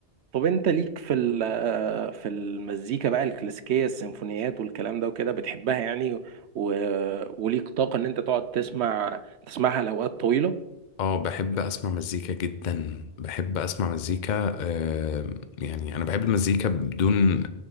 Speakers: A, on the right; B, on the left.
A: طب انت ليك في ال- آه، في المزيكا بقى الكلاسيكيه السيمفونيات والكلام ده وكده بتحبها يعني و... وليك طاقه ان انت تقعد تسمع تسمعها لاوقات طويله
B: اه بحب اسمع مزيكا جدا بحب اسمع مزيكا آه يعني انا بحب المزيكا بدون